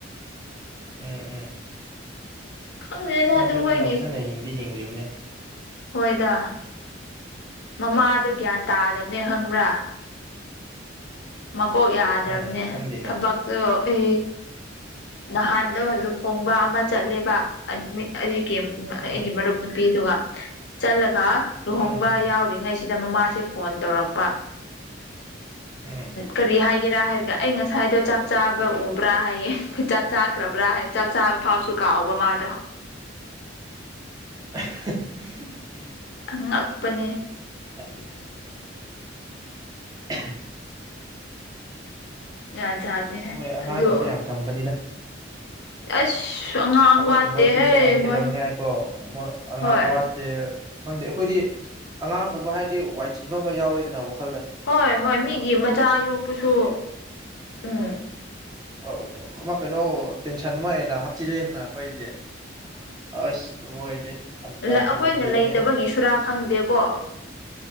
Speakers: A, on the right; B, on the left.
A: ꯎꯝ ꯎꯝ
B: ꯈꯪꯗꯦꯗ
A: ꯃꯣꯏꯁꯨ
B: ꯑꯗꯨ
A: ꯑꯗꯨꯅ
B: ꯃꯣꯏꯒꯤ
A: ꯐꯖꯅ ꯍꯤꯡꯗꯤ ꯍꯤꯡꯉꯤꯕꯅꯦ
B: ꯍꯣꯏꯗ ꯃꯃꯥꯗꯣ ꯒ꯭ꯌꯥꯟ ꯇꯥꯗꯕꯅꯦ ꯈꯪꯕ꯭ꯔꯥ ꯃꯀꯣꯛ ꯌꯥꯗ꯭ꯔꯕꯅꯦ
A: ꯎꯝ ꯈꯪꯗꯦꯅꯦ
B: ꯊꯕꯛꯇꯣ ꯏ ꯅꯍꯥꯟ ꯗꯣ ꯂꯨꯍꯣꯡꯕ ꯑꯃ ꯆꯠꯂꯦꯕ ꯑꯗ ꯑꯩꯒꯤ ꯑꯩꯒꯤ
A: ꯎꯝ
B: ꯃꯔꯨꯞ ꯅꯨꯄꯤꯗꯨꯒ ꯆꯠꯂꯒ ꯂꯨꯍꯣꯡꯕ
A: ꯎꯝ ꯎꯝ
B: ꯌꯥꯎꯔꯤꯉꯩꯁꯤ ꯗ ꯃꯃꯥꯁꯦ ꯐꯣꯟ ꯇꯧꯔꯛꯄ
A: ꯎꯝ
B: ꯀꯔꯤ ꯍꯥꯏꯒꯦꯔꯥ ꯍꯥꯏꯔꯒ ꯑꯩ ꯉꯁꯥꯏꯗꯣ ꯆꯥꯛ ꯆꯥꯕ ꯎ ꯕ꯭ꯔꯥ ꯍꯥꯏꯌꯦ ꯆꯥꯛ ꯆꯥꯈ꯭ꯔꯕ꯭ꯔꯥ ꯍꯥꯏꯌꯦ ꯆꯥꯛ ꯆꯥꯕ ꯐꯥꯎꯁꯨ ꯀꯥꯎꯕ ꯃꯥꯗꯣ <inaudible>
A: ꯑꯍꯥꯍꯥ
B: ꯑꯉꯛꯄꯅꯦ
A: ꯌꯥꯢꯗ <unintelligible>
B: ꯖꯥꯠ ꯖꯥꯠꯅꯦꯍꯦ
A: ꯃꯣꯏ ꯑꯉꯥꯡꯒꯁꯨ
B: ꯑꯗꯨ
A: ꯌꯥꯝ ꯊꯝꯕꯅꯤꯗ
B: ꯑꯁ ꯑꯉꯥꯡ
A: ꯊꯕꯛ
B: ꯋꯥꯠꯇꯦꯍꯦ
A: ꯀꯨꯝꯕ ꯁꯨꯅꯤꯡꯉꯥꯏ ꯀꯩꯗꯧꯅꯤꯉꯥꯏꯀꯣ
B: ꯃꯣꯏ
A: ꯑꯉꯥꯡ
B: ꯍꯣꯏ
A: ꯋꯥꯠꯇꯦ ꯈꯪꯗꯦ ꯑꯩꯈꯣꯏꯗꯤ ꯑꯉꯥꯡꯒꯨꯝꯕ ꯍꯥꯏꯔꯇꯤ ꯋꯥꯏ ꯆꯤꯟꯕ ꯑꯃ ꯌꯥꯎꯋꯦꯗꯅ ꯋꯥꯈꯜ
B: ꯍꯣꯏ ꯍꯣꯏ ꯃꯤꯒꯤ ꯃꯆꯥ ꯌꯣꯛꯄꯁꯨ ꯎꯝ
A: ꯑꯧ ꯑꯃ ꯀꯩꯅꯣ ꯇꯦꯟꯁꯟ ꯑꯃ ꯍꯦꯟꯅ ꯍꯥꯞꯆꯤꯜꯂꯦꯗꯅ ꯑꯩꯈꯣꯏꯗꯤ ꯑꯁ ꯃꯣꯏꯗꯤ
B: ꯂ
A: ꯑꯟꯂꯤꯃꯤꯇꯦꯠꯅꯦ
B: ꯑꯈꯣꯏꯅ ꯂꯩꯇꯕꯒꯤ ꯁꯨꯔꯥ ꯈꯪꯗꯦꯀꯣ